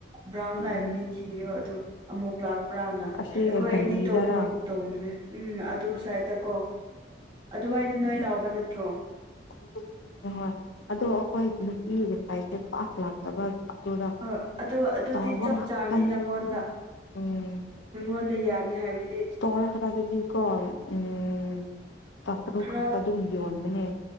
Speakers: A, on the right; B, on the left.
A: ꯕ꯭ꯔꯥꯎꯟ
B: ꯎꯝ
A: ꯂꯥꯏꯕꯅꯦ ꯊꯤꯌꯣ ꯑꯗꯨ ꯑꯃꯨꯛ ꯂꯥꯛꯄ꯭ꯔꯥꯅ
B: ꯑꯁꯤ
A: ꯑꯩꯈꯣꯏ
B: ꯒꯂꯤꯗꯔꯥ
A: ꯑꯅꯤ ꯇꯣꯡꯔ ꯇꯣꯡꯕꯅꯦ ꯎꯝ ꯑꯗꯨ ꯁ꯭ꯋꯥꯏꯗ ꯀꯣ ꯑꯗꯨꯋꯥꯏꯗ ꯅꯣꯏ ꯂꯥꯎꯕ ꯅꯠꯇ꯭ꯔꯣ
B: ꯑꯗꯨ ꯍꯣꯏ ꯑꯗꯣ ꯑꯩꯈꯣꯏ ꯅꯨꯄꯤꯒꯤ ꯁꯥꯏꯁꯦ ꯄꯥꯛ ꯂꯥꯛꯇꯕ ꯑꯗꯨꯗ
A: ꯑ ꯑꯗꯨ ꯑꯗꯨꯗꯤ
B: ꯆꯥꯎꯕ
A: ꯆꯞ
B: ꯉꯥꯛꯇꯅꯦ
A: ꯆꯥꯔꯅꯤ ꯅꯪꯉꯣꯟꯗ
B: ꯎꯝ
A: ꯅꯪꯉꯣꯟꯗ ꯌꯥꯅꯤ ꯍꯥꯏꯕ
B: ꯏꯁꯇꯣꯔ ꯈꯔꯒꯗꯤꯀꯣ ꯎꯝ ꯇꯥꯇꯔꯨꯛ
A: ꯈꯔ
B: ꯈꯛꯇ ꯑꯗꯨꯝ ꯌꯣꯟꯕꯅꯦ